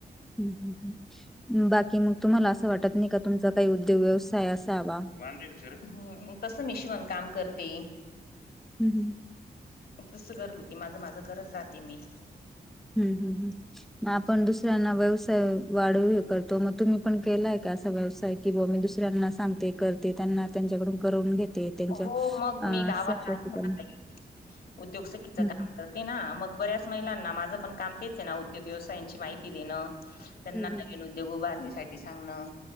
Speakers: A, in the centre; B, on the left.
A: हू हू. बाकी मग तुम्हाला असं वाटत नाही, का तुमचा काही उद्योग व्यवसाय असावा?
B: बांधील शरे. तसं मी शिवण काम करते.
A: हू हू.
B: तसं घरगुती, माझं माझं करत राहते मी.
A: हम् हम् हम्. मग आपण दुसऱ्यांना व्यवसाय वाढव हे करतो, मग तुम्ही पण केलाय का असा व्यवसाय कि बो, मी दुसऱ्यांना सांगते, करते, त्यांना त्यांच्याकडून करवून घेते त्यांच्या
B: हो मग
A: अ,
B: मी गावात
A: सक्सेस
B: <unintelligible>
A: करून
B: उद्योगसखीच काम
A: हं, हं.
B: कर तेना, मग बऱ्याच महिलांना. माझं पण काम तेच आहे ना, उद्योग व्यवसायाची माहिती देण. त्यांना
A: हं, हं,
B: नवीन उद्योग उभारणीसाठी सांगणं.